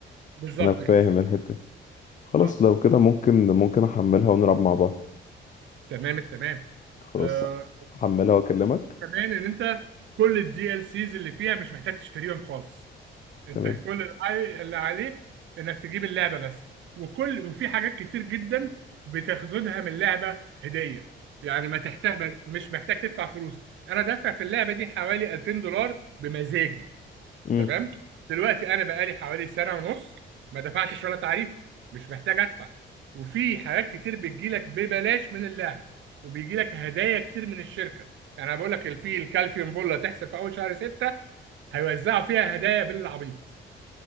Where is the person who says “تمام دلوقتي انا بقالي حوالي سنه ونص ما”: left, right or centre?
Right